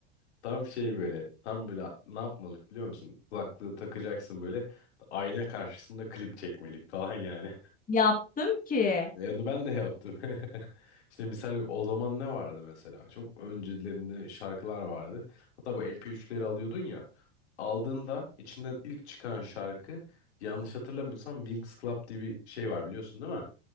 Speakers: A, on the left (about 70°); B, on the left (about 25°).
A: Tam şey böyle, tam böyle ne yapmalık biliyor musun? Kulaklığı takacaksın böyle, ayna karşısında klip çekmelik falan yani.
B: <laughs> Yaptım ki.
A: E, Onu ben de yaptım. <laughs> İşte misal o zaman ne vardı mesela? Çok öncelerinde şarkılar vardı. Hatta bu MP3'leri alıyordun ya. Aldığında içinden ilk çıkan şarkı yanlış hatırlamıyorsam Winx Club diye bir şey var biliyorsun değil mi?